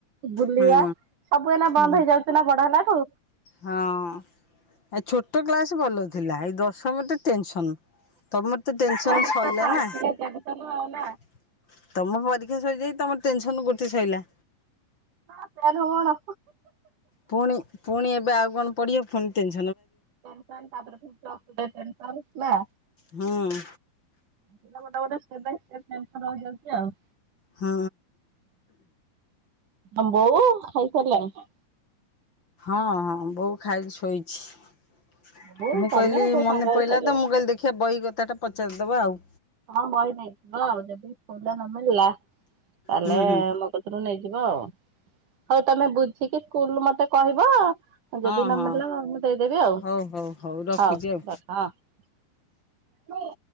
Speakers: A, on the right; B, on the left.
A: ବୁଲିବା
B: ହୁଁ
A: ସବୁଦିନ ବନ୍ଦ
B: ହୁଁ।
A: ହେଇଯାଉଥିଲା ବଡ ହେଲା ତୁ
B: ହଁ ଏ ଛୋଟ କ୍ଲାସ ଭଲ ଥିଲା ଏଇ ଦଶମ ଟେ ଟେନସନ ତମର ତ ଟେନସନ
A: ପରୀକ୍ଷା
B: ସଇଲା
A: ତ ଆସିଲେ
B: ନା
A: ଟେନସନ ଆଉ ନା
B: ତମ ପରୀକ୍ଷା ସୋଇଯାଇ ତମ ଟେନସନ ଗୋଟେ ସଲା
A: ହ ତ ହଣ
B: ପୁଣି ପୁଣି ଏବେ ଆଉ କଣ ପଢିବ ପୁଣି କେମ
A: ସେମସ ତାପରେ ପ୍ର ଠାରୁ ନା
B: ହଁ।
A: ପା ଗୋଟେ ଗୋଟେ ଷ୍ଟେପ ବାଇ ଷ୍ଟେପ ଯାଉଛି ଆଉ।
B: ହଁ।
A: ଆମ୍ବୋ ଖାଇସରିଲଣି
B: ହଁ ହଁ ବୋଉ ଖାଇ ଶୋଇଛି।
A: ବୋଉ
B: ମୁଁ
A: ତମେ
B: କହିଲି
A: ସବୁ
B: ମନେ
A: ସାଙ୍ଗ ହେଇ
B: ପହିଲା
A: ଖାଇଲଣି
B: ତ ମୁଁ କହିଲି ଦେଖିବା ବହି କଥା ଟା ପଚାରି ସେ ଦେବା ଆଉ
A: ହଁ ମାଇ ନାଇଉ ଜ ହ ନମିଲ ତାହେଲେ
B: ହୁଁ ହୁଁ
A: ମୋ କଥିରୁ ନେଇଯିବ ଆଉ। ହଉ ତମେ ବୁଝିକି ସ୍କୁଲୁ ମତେ କହିବ।
B: ହଁ
A: ଯଦି ନମିଳିଲେ
B: ହଁ
A: ମୁଁ ଦେଇଦେବି ଆଉ
B: ହଉ ହଉ ରଖୁଛି
A: ହଉ
B: ଆଉ।
A: ରଖ ହଁ।